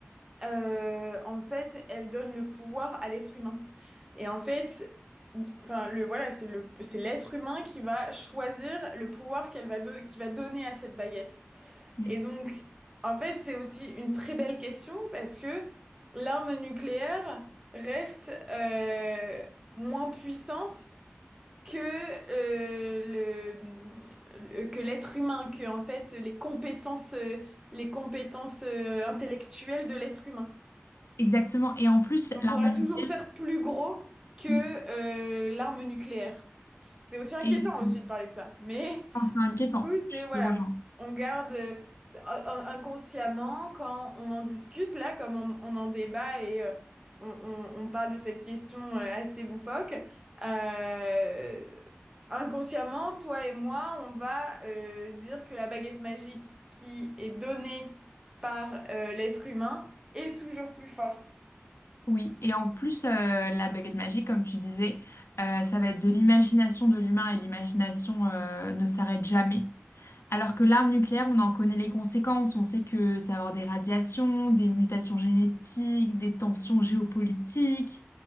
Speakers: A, on the right (about 15°); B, on the left (about 70°).
A: euh, en fait, elle donne le pouvoir à l'être humain. Et en fait, enfin, le, voilà, c'est le, c'est l'être humain qui va choisir le pouvoir qu'elle va, do- qu'il va donner à cette baguette.
B: mm.
A: Et donc, en fait, c'est aussi une très belle question parce que l'arme nucléaire reste euh, moins puissante que euh, le, le- que l'être humain, que en fait les compétences, euh, les compétences euh, intellectuelles de l'être humain.
B: Exactement. Et en plus,
A: On
B: l'arme
A: pourra
B: nucléaire,
A: toujours faire plus gros que
B: mm,
A: euh, l'arme nucléaire. C'est aussi inquiétant
B: et-
A: aussi de parler de ça. Mais
B: enfin, c'est inquiétant.
A: oui,
B: Je
A: c'est voilà.
B: te rejoins.
A: On garde euh, in- inconsciemment quand on en discute, là, comme on, on en débat et euh, on, on- on parle de cette question euh, assez loufoque. euh, inconsciemment, toi et moi, on va euh, dire que la baguette magique qui est donnée par euh, l'être humain est toujours plus forte.
B: Oui. Et en plus, euh, la baguette magique, comme tu disais, euh, ça va être de l'imagination de l'humain et l'imagination euh, ne s'arrête jamais. Alors que l'arme nucléaire, on en connaît les conséquences. On sait que ça va avoir des radiations, des mutations génétiques, des tensions géopolitiques,